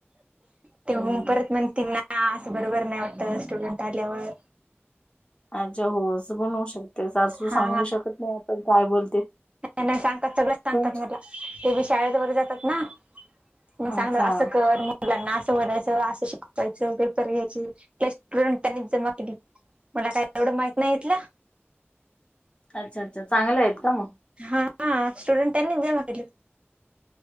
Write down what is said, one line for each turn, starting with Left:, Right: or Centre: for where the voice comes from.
Right: ते
Left: हम्म.
Right: परत म्हण तिना असं बरोबर नाही वाटत स्टुडंट आल्यावर
Left: अच्छा हो असं बनवू शकते सासु
Right: हा
Left: सांगू शकत नाही आपण काय बोलते
Right: नाही सांगतात सगळंच सांगतात
Left: अच्छा
Right: मला ते बी शाळेजवळ जातात ना मग सांगणार
Left: अच्छा
Right: असं कर मग मुलांना असं म्हणायचं असं शिकवायचं पेपर घ्याय कस स्टुडंट त्यांनीच जमा केली मला काय एवढं माहित नाहीतलं
Left: अच्छा अच्छा चांगले आहेत का मग
Right: हा स्टुडंट त्यांनीच जमा केली